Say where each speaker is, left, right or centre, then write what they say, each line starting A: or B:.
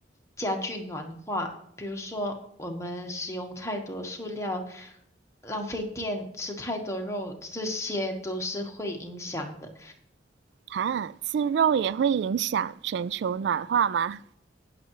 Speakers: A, on the left; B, on the right.
A: 加剧暖化，比如说我们使用太多塑料，浪费电，吃太多肉，这些都是会影响的。
B: 哈，吃肉也会影响全球暖化吗？